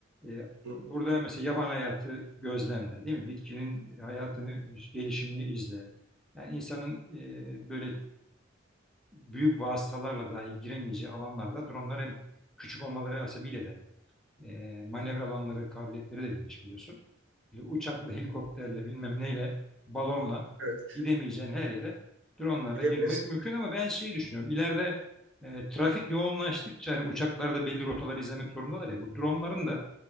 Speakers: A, in the centre; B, on the right.
A: E,
B: Hı hı.
A: burada mesela yaban hayatı gözlemle değil mi? Bitkinin hayatını, gelişimini izle. Yani insanın e, böyle büyük vasıtalarla dahi giremeyeceği alanlarda dronlar hem küçük olmaları hasebiyle de E, manevra alanları, kabiliyetleri de geniş biliyorsun. Böyle uçakla, helikopterle, bilmem neyle, balonla
B: Evet,
A: gidemeyeceğin her yere dronlarla
B: gidebilirsin.
A: girmek mümkün ama ben şeyi düşünüyorum. İleride e, trafik yoğunlaştıkça hani uçaklar da belli rotaları izlemek zorundalar ya. Bu dronların da